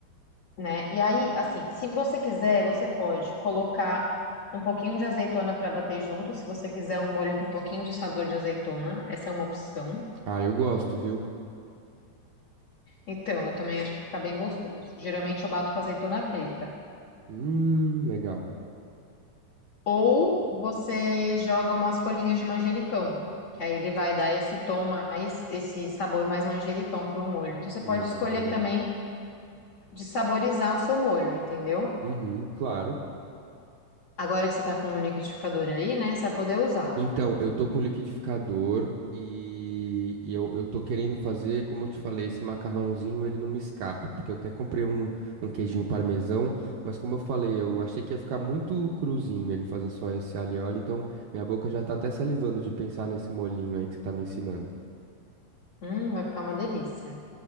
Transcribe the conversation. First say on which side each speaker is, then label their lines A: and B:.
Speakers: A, on the left; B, on the right.
A: né? E aí, assim, se você quiser, você pode colocar um pouquinho de azeitona para bater junto, se você quiser um molho com um pouquinho de sabor de azeitona, essa é uma opção.
B: Ah, eu gosto, viu?
A: Então, eu também acho que fica bem gostoso. Geralmente eu bato com azeitona preta.
B: Hum, legal.
A: Ou você joga umas folhinhas de manjericão, que aí ele vai dar esse tom mais, esse sabor mais manjericão para o molho. Então você pode
B: Legal
A: escolher
B: também.
A: também de saborizar o seu molho, entendeu?
B: Uhum, claro.
A: Agora que você tá com um liquidificador aí, né, você vai poder usar.
B: Então, eu tô com liquidificador e, e eu, eu tô querendo fazer, como eu te falei, esse macarrãozinho, ele não me escapa, porque eu até comprei um, um queijinho parmesão, mas como eu falei, eu achei que ia ficar muito cruzinho ele fazer só esse alho e óleo, então minha boca já tá até salivando de pensar nesse molhinho aí que você tá me ensinando.
A: Hum, vai ficar uma delícia.